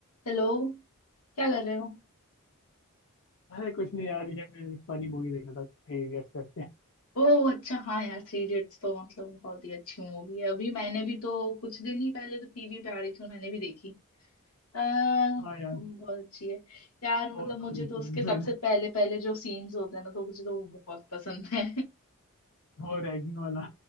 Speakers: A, on the left; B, on the left.
A: Hello क्या कर रहे हो
B: अरे कुछ नहीं यार ये मैं एक फनी मूवी देखा था थ्री इडियट्स करके
A: ओह अच्छा हाँ यार थ्री इडियट्स तो मतलब बहुत ही अच्छी मूवी है अभी मैंने भी तो कुछ दिन ही पहले तो टीवी पे आ रही थी तो मैंने भी देखी अह
B: हाँ यार
A: बहुत अच्छी है यार
B: बहुत
A: मतलब मुझे
B: बार देखी
A: तो
B: हुई
A: उसके
B: है
A: सबसे
B: <laughs> मैंने
A: पहले पहले जो सीन्स होते हैं ना तो मुझे तो वो बहुत पसंद है
B: वो रैगिंग वाला